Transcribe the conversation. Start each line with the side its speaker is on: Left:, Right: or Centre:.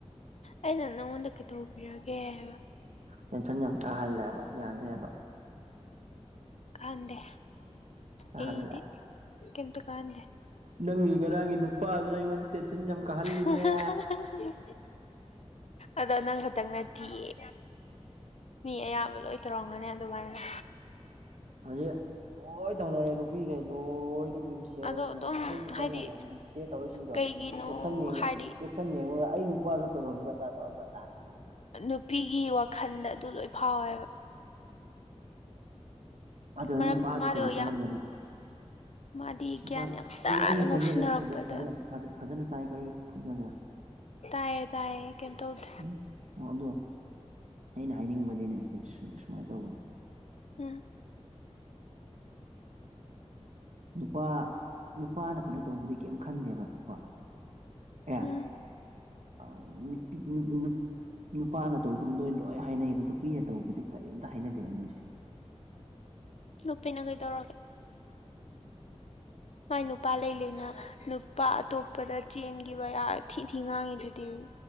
Left: ꯑꯩꯅ ꯅꯪꯉꯣꯟꯗ ꯀꯩꯗꯧꯕꯤꯔꯒꯦ ꯍꯥꯏꯕ
Right: ꯇꯦꯟꯁꯟ ꯌꯥꯝ ꯀꯥꯍꯜꯂꯦꯕ ꯌꯥꯗꯦꯕ
Left: ꯀꯍꯟꯗꯦ
Right: ꯀꯥꯍꯜꯂꯦ
Left: ꯑꯩꯗꯤ ꯀꯝꯇ ꯀꯍꯟꯗꯦ
Right: ꯅꯪꯒꯤ ꯉꯔꯥꯡꯒꯤ ꯅꯨꯄꯥꯗꯨꯅ ꯑꯩꯉꯣꯟꯗ ꯇꯦꯟꯁꯟ ꯌꯥꯝ ꯀꯥꯍꯜꯂꯤꯅꯦ
Left: <unintelligible> ꯑꯗꯣ ꯅꯪ ꯈꯛꯇꯪ ꯅꯠꯇꯤꯌꯦ ꯃꯤ ꯑꯌꯥꯝꯕ ꯂꯣꯏ ꯇꯧꯔꯝꯒꯅꯤ ꯑꯗꯨꯃꯥꯏꯅ
Right: ꯍꯧꯖꯤꯛ ꯂꯣꯏ ꯇꯧꯅꯔꯦ ꯅꯨꯄꯤꯈꯩ ꯅꯣꯏꯅ ꯃꯤꯝ ꯁꯦꯌꯔ
Left: ꯑꯗꯣ
Right: ꯇꯧꯅ
Left: ꯑꯗꯨꯝ
Right: ꯑꯦ ꯐꯦꯁꯕꯨꯛ ꯆꯪ
Left: ꯍꯥꯏꯗꯤ
Right: ꯌꯥꯗ꯭ꯔꯦ ꯁꯦꯌꯔ ꯇꯧꯔꯛꯏ ꯁꯤꯡꯗꯣ
Left: ꯀꯩꯒꯤꯅꯣ
Right: ꯀꯦꯞꯁꯟ ꯌꯦꯡꯉ
Left: ꯍꯥꯏꯗꯤ
Right: ꯀꯦꯞꯁꯟ ꯌꯦꯡꯉꯨꯔꯒ ꯑꯩ ꯅꯨꯄꯥꯁꯨ ꯇꯧꯔꯝꯒꯕ ꯑꯗꯥ ꯇꯧꯔꯝꯒꯕꯗꯥ
Left: ꯅꯨꯄꯤꯒꯤ ꯋꯥꯈꯜꯗ ꯑꯗꯨ ꯂꯣꯏ ꯐꯥꯎꯋꯦꯕ
Right: ꯑꯗꯣ ꯑꯩ
Left: ꯃꯔꯝꯗꯤ
Right: ꯅꯨꯄꯥꯗꯤ
Left: ꯃꯥꯗꯣ
Right: ꯀꯔꯤ ꯈꯜꯂꯝꯒꯅꯤ
Left: ꯌꯥꯝ ꯃꯥꯗꯤ
Right: ꯅꯨꯄꯥ
Left: ꯒ꯭ꯌꯥꯟ ꯌꯥꯝ ꯇꯥꯅ
Right: ꯑꯩꯒꯤ ꯑꯩꯒꯤ
Left: ꯉꯧꯁꯤꯟꯅꯔꯛꯄꯗ
Right: ꯈꯣꯟꯖꯦꯜꯁꯦ ꯐꯖ <unintelligible> ꯐꯖꯅ ꯇꯥꯏꯀꯣ ꯑꯩꯒꯤ ꯈꯣꯟꯖꯦꯜꯁꯦ
Left: ꯇꯥꯏꯌꯦ ꯇꯥꯏꯌꯦ ꯀꯦꯝ ꯇꯧꯗꯦ
Right: ꯎꯝ ꯑꯣ ꯑꯗꯣ ꯑꯩꯅ ꯍꯥꯏꯅꯤꯡꯕꯗꯤꯅꯦ ꯁꯤ ꯑꯁꯨꯃꯥꯏꯟ ꯇꯧꯕꯅꯦ
Left: ꯎꯝ
Right: ꯅꯨꯄꯥ ꯅꯨꯄꯥꯅ ꯀꯩꯅꯣ ꯇꯧꯕꯗꯤ ꯀꯩꯝ ꯈꯟꯗꯦꯕ ꯀꯣ ꯑꯦ
Left: ꯎꯝ
Right: ꯑꯥ ꯅꯨꯄꯤ ꯅꯨꯞ ꯅꯨꯞ ꯅꯨꯄꯥꯅ ꯇꯧꯕꯗꯤ ꯅꯣꯏ ꯂꯣꯏ ꯍꯥꯏꯅꯩꯌꯦꯕ ꯅꯨꯄꯤꯅ ꯇꯧꯕꯗꯤ ꯀꯔꯤꯝꯇ ꯍꯥꯏꯅꯗꯦꯕ ꯅꯣꯏꯁꯦ
Left: ꯅꯨꯄꯤꯅ ꯀꯩꯗꯧꯔꯒꯦ ꯃꯥꯏ ꯅꯨꯄꯥ ꯂꯩ ꯂꯩꯅ ꯅꯨꯄꯥ ꯑꯇꯣꯞꯄꯗ ꯆꯦꯟꯈꯤꯕ <unintelligible> ꯊꯤ ꯊꯤ ꯉꯥꯡꯉꯤꯗꯨꯗꯤ